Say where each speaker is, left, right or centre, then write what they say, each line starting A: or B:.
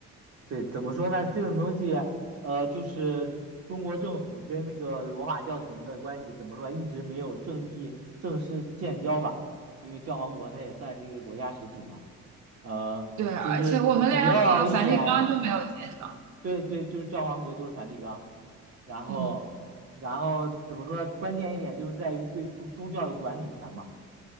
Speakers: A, on the right (about 50°); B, on the right (about 75°).
A: 对，怎么说呢？这种东西，呃，就是中国政府跟那个罗马教廷的关系，怎么说，一直没有正立正式建交吧？因为教皇国它也算是一个国家实体嘛。呃，
B: 对，而且我们连和梵蒂冈都没有建交。
A: 就是主要一点对对，就是教皇格，就是梵蒂冈。然后，
B: 嗯
A: 然后怎么说？关键一点就是在于对宗教的管理权嘛，